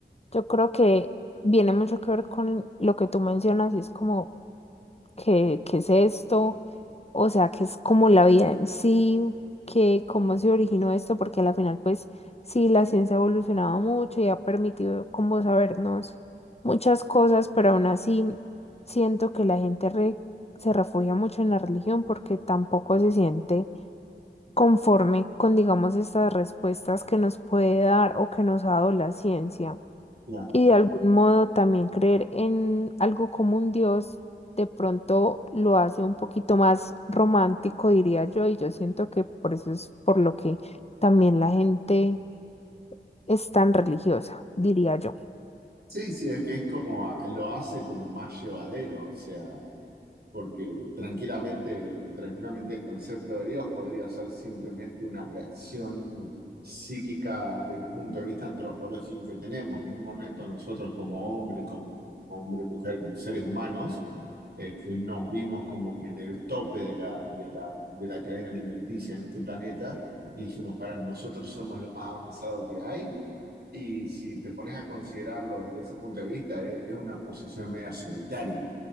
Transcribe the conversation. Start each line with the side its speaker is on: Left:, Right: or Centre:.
Left: Yo creo que viene mucho que ver con lo que tú mencionas y es como qué, qué es esto, o sea, qué es como la vida en sí, que cómo se originó esto, porque al final, pues, sí, la ciencia ha evolucionado mucho y ha permitido como sabernos muchas cosas, pero aún así siento que la gente re- se refugia mucho en la religión porque tampoco se siente conforme con, digamos, estas respuestas que nos puede dar o que nos ha dado la ciencia.
Right: Claro.
Left: Y de algún modo también creer en algo como un Dios de pronto lo hace un poquito más romántico, diría yo, y yo siento que por eso es por lo que también la gente es tan religiosa, diría yo.
Right: Sí, sí, es que es como, a- lo hace como más llevadero, o sea, porque tranquilamente, tranquilamente el concepto de Dios podría ser simplemente una reacción psíquica del punto de vista antropológico que tenemos. En un momento nosotros como hombre, como hombre, mujer, como seres humanos, este, nos vimos como que en el tope de la, de la, de la cadena alimenticia en este planeta y dijimos, para, nosotros somos lo más avanzado que hay Y si te pones a considerarlo desde ese punto de vista, e- es, una posición media solitaria,